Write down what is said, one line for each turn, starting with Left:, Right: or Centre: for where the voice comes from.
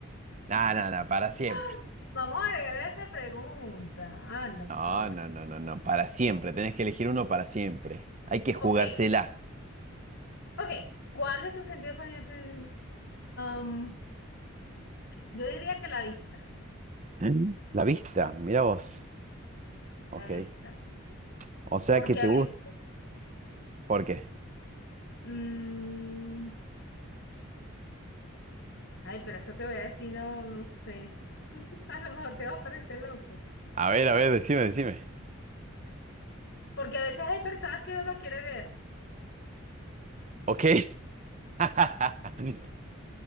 Right: No,
Left: <laughs>
Right: no, no, para siempre.
Left: vamos a agregarle esa pregunta. Anda,
Right: No,
Left: por favor.
Right: no, no, no, no, para siempre. Tenés que elegir uno para siempre. Hay que jugársela.
Left: Ok, ok. ¿Cuál de tus sentidos? para para- Am, yo diría que la vista,
Right: Mm. La vista, mira vos. Ok.
Left: la vista.
Right: O sea
Left: Porque
Right: que te
Left: a
Right: gusta.
Left: veces,
Right: ¿Por qué?
Left: mm, ay, pero eso que voy a decir, no, no sé. <laughs> A lo mejor te va a parecer loco.
Right: A ver, a ver, decime, decime.
Left: Porque a veces hay personas que uno no quiere ver.
Right: Ok. <laughs>